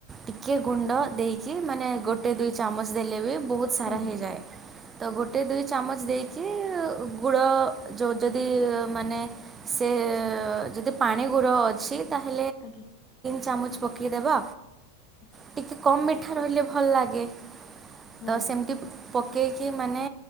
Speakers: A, on the right; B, on the left.
A: ଟିକଏ ଗୁଣ୍ଡ ଦେଇକି ମାନେ? ଗୋଟେ ଦୁଇ ଚାମଚ ଦେଲେ ବି ବହୁତ ସାରା
B: ଆଜ୍ଞା
A: ହେଇଯାଏ। ତ ଗୋଟେ ଦୁଇ ଚାମଚ ଦେଇକି ଗୁଡ଼ ଯେଉଁ ଯଦି ମାନେ ସେ ଯଦି ପାଣି ଗୁଡ ଅଛି ତାହେ
B: ଆଜ୍ଞା।
A: ଚାମଚ ପକେଇଦବ
B: ଆଚ୍ଛା।
A: ଟିକେ କମ୍ କଠୁଆରହିଲେ ଭଲ ଲାଗେ।
B: ହଁ
A: ତ ସେମିତି ପକାଇକି ମାନେ